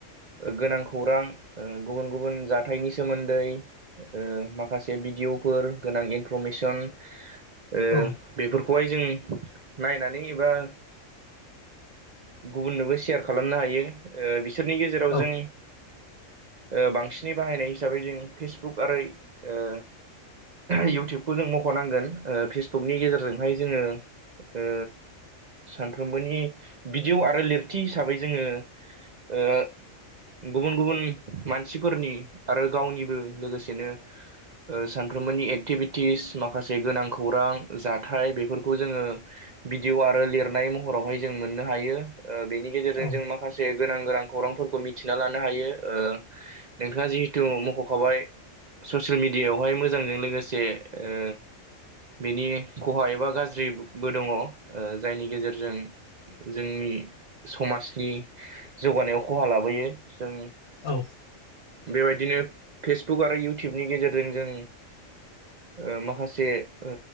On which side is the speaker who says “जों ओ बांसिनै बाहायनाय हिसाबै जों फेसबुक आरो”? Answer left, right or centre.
Right